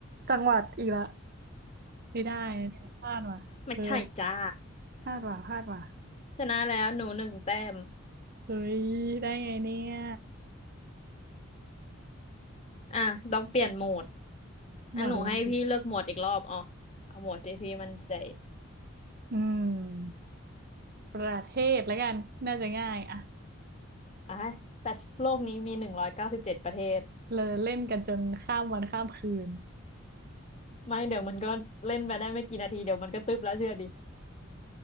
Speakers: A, on the right; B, on the left.
A: จังหวัดอีกละไม่ได้นะเนี่ยพลาดว่ะเฮ้ย
B: ไม่ใช่จ้า
A: พลาดว่ะพลาดว่ะ
B: ชนะแล้วหนูหนึ่งแต้ม
A: เฮ้ยได้ไงเนี่ย
B: อ่ะต้องเปลี่ยนโหมดอันหนูให้พี่เลือกโหมดอีกรอบอ๋อ
A: หมวดอะไรดี
B: เอาโหมดที่พี่มั่นใจ
A: อืม ประเทศแล้วกัน น่าจะง่ายอะ
B: อ่ะแต่โลกนี้มีหนึ่งร้อยเก้าสิบเจ็ดประเทศ
A: เลยเล่นกันจนข้ามวันข้ามคืน
B: ไม่เดี๋ยวมันก็เล่นไปได้ไม่กี่นาทีเดี๋ยวมันก็ตึ๊บแล้วเชื่อดิ